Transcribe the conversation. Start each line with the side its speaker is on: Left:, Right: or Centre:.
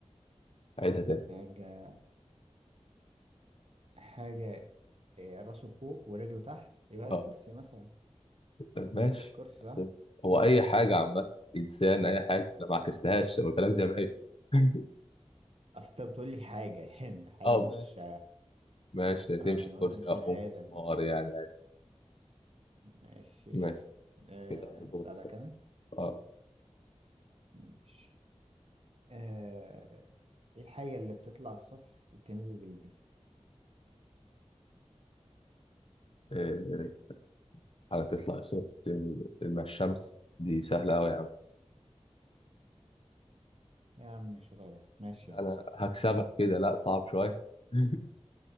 Left: عيدها تاني
Right: حاجة حاجة آه، راسه فوق ورجله تحت يبقى الكرسي
Left: آه.
Right: مثلا
Left: ماشي
Right: كرسي صح
Left: هو اي حاجه عامه انسان اي حاجه انا ما عكستهاش انا قلت لك زي ما هي <laughs>
Right: اصل انت بتقول لي حاجة <laughs> يعني حاجة
Left: اه
Right: مش
Left: ماشي ماشي تمشي
Right: اه انا قلت
Left: كرسي
Right: مش
Left: اه
Right: بني
Left: او مسمار
Right: ادم يعني
Left: يعني عادي
Right: ماشي
Left: ماشي
Right: قشطة آه،
Left: كده دور
Right: اسألك انا
Left: اه
Right: ماشي آه، ايه الحاجة اللي بتطلع الصبح وبتنزل بالليل
Left: إيه، هتطلع الصبح مع الشمس دي سهله قوي يا عم
Right: يا عم شغالة ماشي يا عم
Left: انا هكسبك كده لا صعب شويه <laughs>